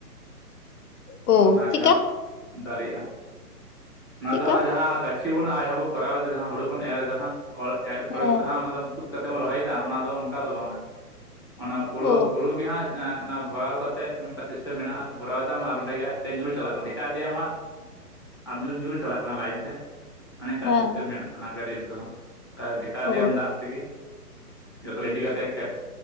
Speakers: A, on the left (about 75°); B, on the left (about 15°).
A: ᱳ
B: ᱟᱫᱚ ᱚᱱᱟ
A: ᱪᱮᱫᱠᱟ
B: ᱜᱮ ᱦᱟᱸᱜ ᱫᱟᱨᱮᱜᱼᱟ᱾ ᱚᱱᱟ
A: ᱪᱮᱫᱠᱟ
B: ᱫᱚ ᱦᱟᱸᱜ ᱡᱟᱦᱟᱸ ᱜᱟᱹᱪᱷᱤ ᱵᱚᱱ ᱡᱟᱦᱟᱸ ᱵᱚᱱ ᱠᱚᱨᱟᱣ ᱮᱫᱟ ᱡᱟᱦᱟᱸ ᱦᱩᱲᱩ ᱵᱚᱱ ᱮᱨ ᱮᱫᱟ ᱦᱟᱸᱜ ᱮᱨ
A: ᱦᱮᱸ
B: ᱯᱚᱨᱮ ᱜᱮᱛᱚ ᱦᱟᱸᱜ ᱚᱱᱟ ᱫᱚ ᱛᱩᱫ ᱠᱟᱛᱮᱢ ᱨᱚᱦᱚᱭᱮᱫᱟ ᱚᱱᱟ ᱫᱚ ᱚᱱᱠᱟ ᱫᱚ ᱵᱟᱝᱟ ᱚᱱᱟ ᱯᱩᱲᱟ
A: ᱳ
B: ᱦᱩᱲᱩ ᱜᱮ ᱦᱟᱸᱜ ᱚᱱᱟ ᱵᱷᱚᱨᱟᱣ ᱠᱟ ᱠᱟᱛᱮᱫ ᱚᱱᱠᱟ ᱥᱤᱥᱴᱮᱢ ᱢᱮᱱᱟᱜᱼᱟ ᱵᱷᱚᱨᱟᱣ ᱫᱟᱢ ᱟᱨ ᱚᱸᱰᱮ ᱜᱮ ᱟᱡᱛᱮ ᱧᱩᱨ ᱪᱟᱞᱟᱜ ᱠᱟᱱᱟ ᱰᱷᱮᱠᱟ ᱤᱫᱤᱭᱟᱢ ᱦᱟᱸᱜ ᱟᱨ ᱧᱩᱨ ᱧᱩᱨ ᱪᱟᱞᱟᱜ ᱠᱟᱱᱟ ᱞᱟᱭᱤᱱ ᱛᱮ ᱚᱱᱮ ᱚᱱᱠᱟ
A: ᱦᱮᱸ
B: ᱥᱤᱥᱴᱮᱢ ᱢᱮᱱᱟᱜᱼᱟ ᱚᱱᱟ ᱜᱟᱹᱰᱤ ᱨᱮᱫᱚ ᱦᱟᱸᱜ ᱴᱷᱮᱠᱟᱣ
A: ᱳ
B: ᱤᱫᱤᱭᱟᱢ ᱫᱟᱜᱽ ᱛᱮᱜᱮ ᱡᱚᱛᱚ ᱨᱮᱰᱤ ᱠᱟᱛᱮᱫ ᱠᱷᱮᱛ